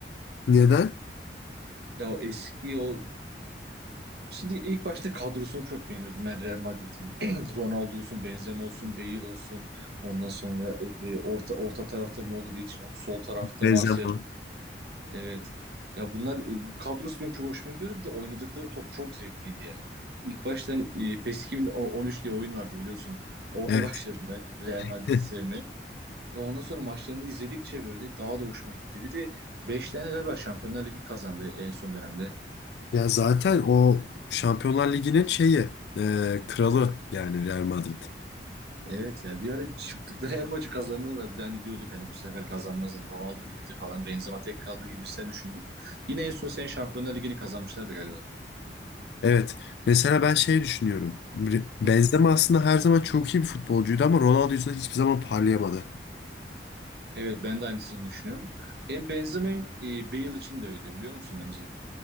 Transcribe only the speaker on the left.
Neden?
Benzema.
Evet.
<laughs>
Ya zaten o Şampiyonlar Ligi'nin şeyi, e, kralı yani Real Madrid.
Evet. Mesela ben şey düşünüyorum. Benzema
aslında her zaman çok iyi bir futbolcuydu ama Ronaldo yüzünden hiçbir zaman parlayamadı.